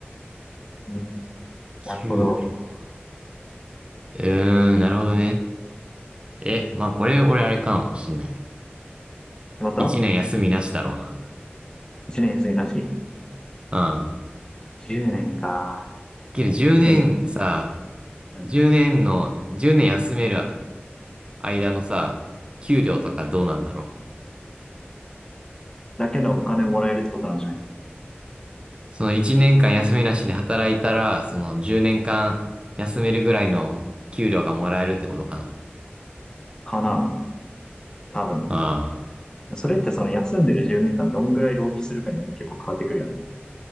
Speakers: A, on the left (about 20°); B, on the right (about 25°).
A: うん、
B: 給料。
A: なるほど。
B: うーん、なるほどね。え、まあこれ俺あれかもしんない。
A: また
B: 1年休みなしだろうな。
A: ?1 年休みなし。
B: うん。
A: 10年か。
B: けど10年さ、
A: ねうん。
B: 10年の、10年休める間のさ、給料とかどうなんだろう。
A: うん。だけのお金もらえるってことなんじゃない
B: その1年間休みなしで働いたら、その10年間休めるぐらいの給料がもらえるってことかな。
A: かな。多分。
B: ああ、
A: それってその休んでる10年間どんぐらい浪費するかによって結構変わってくるよね。